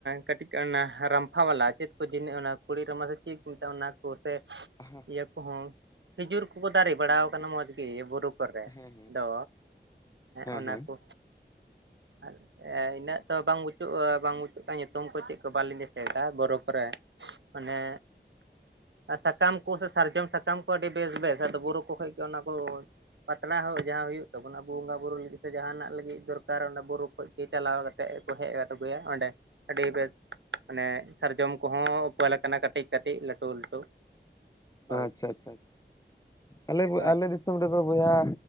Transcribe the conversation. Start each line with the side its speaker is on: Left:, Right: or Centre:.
Right: ᱠᱟᱹᱴᱤᱡ ᱚᱱᱟ ᱨᱟᱢᱯᱷᱟ ᱵᱟᱞᱟ ᱪᱮᱫ ᱠᱚ ᱡᱤᱱ ᱚᱱᱟ ᱠᱩᱲᱤ ᱨᱟᱢᱟ ᱥᱮ ᱪᱮᱫ ᱠᱚ ᱢᱮᱛᱟᱜᱼᱟ ᱚᱱᱟ ᱠᱚ ᱥᱮ
Left: ᱦᱮᱸ
Right: ᱤᱭᱟᱹ ᱠᱚᱦᱚᱸ ᱠᱷᱤᱡᱩᱨ ᱠᱚᱠᱚ ᱫᱟᱨᱮ ᱵᱟᱲᱟ ᱠᱟᱱᱟ ᱢᱚᱸᱡᱽ ᱜᱮ ᱵᱩᱨᱩ ᱠᱚᱨᱮ
Left: ᱦᱮᱸ
Right: ᱫᱚ
Left: ᱦᱮᱸ
Right: ᱚᱱᱟ
Left: ᱦᱮᱸ
Right: ᱠᱚ ᱟᱨ ᱮᱜ. ᱤᱱᱟᱹᱜ ᱛᱚ ᱵᱟᱝ ᱵᱩᱛᱩᱜᱼᱟ ᱵᱟᱝ ᱵᱩᱛᱩᱜᱼᱟ ᱧᱩᱛᱩᱢ ᱠᱚ ᱪᱮᱫ ᱠᱚ ᱵᱟᱞᱤᱧ ᱫᱤᱥᱟᱹᱭ ᱫᱟ ᱵᱚᱨᱚ ᱠᱚᱨᱮ ᱚᱱᱮ ᱟᱨ ᱥᱟᱠᱟᱢ ᱠᱩ ᱥᱟᱨᱡᱚᱢ ᱥᱟᱠᱟᱢ ᱠᱚ ᱟᱹᱰᱤ ᱵᱮᱥ ᱵᱮᱥ ᱟᱫᱚ ᱵᱩᱨᱩ ᱠᱚ ᱠᱷᱚᱡ ᱜᱮ ᱚᱱᱟ ᱠᱚ ᱯᱟᱛᱲᱟ ᱦᱚᱸ ᱡᱟᱦᱟᱸ ᱦᱩᱭᱩᱜ ᱛᱟᱵᱚᱱᱟ ᱟᱵᱚ ᱵᱚᱸᱜᱟ ᱵᱩᱨᱩ ᱞᱟᱹᱜᱤᱫ ᱛᱮ ᱡᱟᱦᱟᱸᱱᱟᱜ ᱞᱟᱹᱜᱤᱫ ᱫᱚᱨᱠᱟᱨ ᱛᱟᱨ ᱚᱱᱟ ᱵᱩᱨᱩ ᱠᱷᱚᱭᱜ ᱜᱤ ᱪᱟᱞᱟᱣ ᱠᱟᱛᱮ ᱠᱚ ᱦᱮᱡ ᱟᱴ ᱟᱹᱜᱩᱭᱟ ᱚᱸᱰᱮ ᱟᱹᱰᱤ ᱵᱮᱥ ᱢᱟᱱᱮ ᱥᱟᱨᱡᱚᱢ ᱠᱚᱦᱚᱸ ᱩᱯᱟᱹᱞᱟᱠ ᱠᱟᱹᱴᱤᱡ ᱠᱟᱹᱴᱤᱡ ᱞᱟᱹᱴᱩ ᱞᱟᱹᱴᱩ ᱦᱳᱭ
Left: ᱟᱪᱪᱷᱟ ᱟᱪᱪᱷᱟ ᱟᱞᱮ
Right: ᱦᱳᱭ
Left: ᱟᱞᱮ ᱫᱤᱥᱚᱢ ᱨᱮᱫᱚ ᱵᱚᱭᱦᱟ